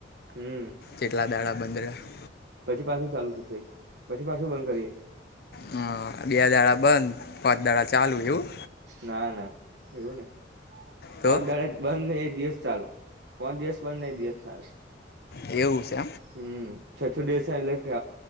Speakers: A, on the right; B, on the left.
A: હમ.
B: કેટલા દાડા બંધ રહ્યા.
A: પછી પાછું ચાલુ થશે પછી પાછું બંધ કરીશ.
B: હ બે દાડા બંધ પાત દાડા ચાલુ એવું.
A: ના ના એવું નઈ પોચ
B: તો
A: દડા બંધ ને એક દિવસ ચાલુ. પોચ દિવસ બંદ ને એક દિવસ ચાલુ.
B: એવું છે.
A: હમ્મ છ્ઠ દિવસ એટલે ખ